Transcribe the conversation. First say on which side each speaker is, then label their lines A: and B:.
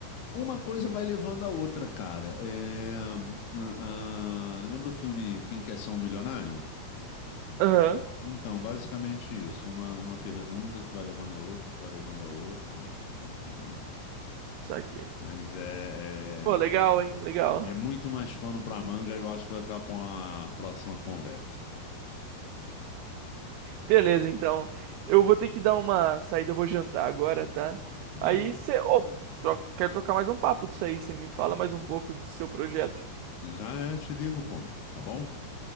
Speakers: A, on the left; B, on the right.
A: Uma coisa vai levando a outra, cara. É, ah, ah, lembra o filme Quem Quer Ser um Milionário?
B: Aham,
A: Então, basicamente isso. Uma, uma pergunta que vai levando a outra, que vai levando a outra, entendeu?
B: saquei.
A: Mas é,
B: Pô, legal, hein? Legal.
A: é, é muito mais pano pra manga e eu acho que vai ficar pra uma próxima conversa,
B: Beleza,
A: tá?
B: então. Eu vou ter que dar uma saída, eu vou jantar agora, tá?
A: Boa.
B: Aí você. Ô, tro- quero trocar mais um papo disso aí. Você me fala mais um pouco do seu projeto.
A: Já te ligo, pô. Tá bom?